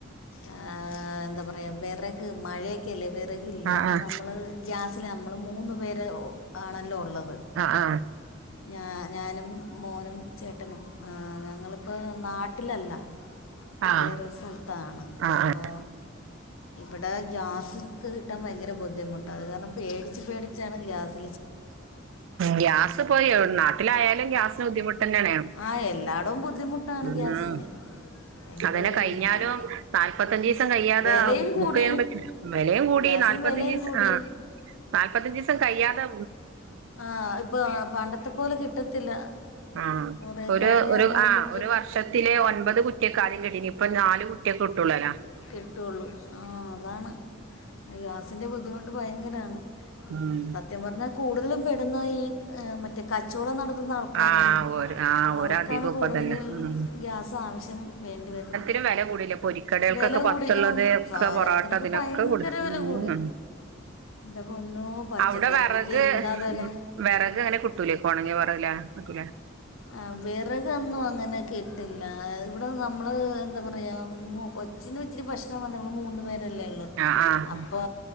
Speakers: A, on the left (about 85°); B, on the right (about 65°).
A: ആ എന്താ പറയാ വെറ ക് മഴയൊക്കെ അല്ലേ വിറകില്ല
B: ആഹ്
A: അപ്പോ നമ്മള് ഗ്യാസില് നമ്മള് മൂന്നുപേര് ഒ ആണല്ലോ ഉള്ളത്
B: ആ ആ
A: ഞ ഞാനും മോനും ചേട്ടനും ഞങ്ങളിപ്പോ നാട്ടിലല്ല
B: ആഹ്
A: വേറൊരു സ്ഥലത്താണ്
B: ആഹ്
A: അപ്പോ ഇവിടെ ഗ്യാസ് ക്കെ കിട്ടാൻ ഭയങ്കര ബുദ്ധിമുട്ടാ അത് കാരണം പേടിച്ച് പേടിച്ചാണ് ഗ്യാസ്
B: ഗ്യാസ് പോയ് <unintelligible> നാട്ടിലായാലും ഗ്യാസിന് ബുദ്ധിമുട്ട് തന്നെയാണ്
A: ആ എല്ലാടോം ബുദ്ധിമുട്ടാണ്
B: ഉം
A: ഗ്യാസിന് ഭയങ്കര
B: അതന്നെ
A: ബുദ്ധിമുട്ടാണ്
B: കഴിഞ്ഞാലും നാല്പത്തഞ്ചീസം കയ്യാ
A: വിലയും
B: തെ
A: കൂടി
B: ബുക്ക് ചെയ്യാൻ പറ്റൂല വിലയും കൂടി
A: ഗ്യാസിന്
B: നാല്പത്തഞ്ചീസ
A: വിലയും കൂടി
B: ആ നാല്പത്തിയഞ്ചീസം കയ്യാതെ
A: ആ ഇപ്പൊ പണ്ടത്തെ പോലെ കിട്ടത്തില്ല
B: ആ
A: കുറെ
B: ഒരു
A: കഴിഞ്ഞാ
B: ഒരു
A: നമ്മള്
B: ആ
A: ബു
B: ഒരു വർഷത്തിലെ ഒൻപത് കുറ്റിയൊക്കെ ആദ്യം കിട്ടീന് ഇപ്പൊ നാല് കുറ്റിയൊക്കെ കിട്ടുള്ളോല്
A: കിട്ടു ഒള്ളു ആ അതാണ് ഗ്യാസിൻ്റെ ബുദ്ധിമുട്ട് ഭയങ്കരാണ്
B: ഉം
A: സത്യം പറഞ്ഞാൽ കൂടുതലും പെടുന്ന ഈ മറ്റേ കച്ചവടം നട ത്തുന്ന ആൾക്കാരാണ്
B: ആ ഓര് ആ
A: അവർക്കാണ്
B: ഒരധികം ഇപ്പതന്നെ
A: കൂടുതൽ
B: ഉം
A: ഗ്യാസ് ആവശ്യം വേണ്ടി വരുന്നത്
B: വില കൂടില്ലേ പൊരിക്കട ഒക്കെ
A: വെല കൂടി
B: പുറത്തുള്ളത്
A: ആഹ്
B: ഒക്കെ
A: സാധനത്തിനൊക്കെ
B: പൊറാട്ട ഇതിനൊക്കെ
A: ഭയങ്കര
B: കൂടു
A: വെല
B: മ്
A: കൂടി.
B: മ്
A: ന്റെ പൊന്നോ പച്ചക്കറിക്കൊക്കെ
B: അവിടെ വിറക്
A: എന്താ വെല.
B: വിറക് അങ്ങനെ കിട്ടൂലെ ഒണങ്ങിയ വെറക് നിക്കൂലേ
A: ആ വിറകൊന്നു അങ്ങനെ കിട്ടില്ല. ഇവിടെ നമ്മള് എന്താ പറയാ മു കൊച്ചിനും ഇച്ചിരി പ്രശ്നം വന്നെള്ളൂ മൂന്നുപേര് ല്ലെഇള്ളൂ.
B: ആഹ്
A: അപ്പോ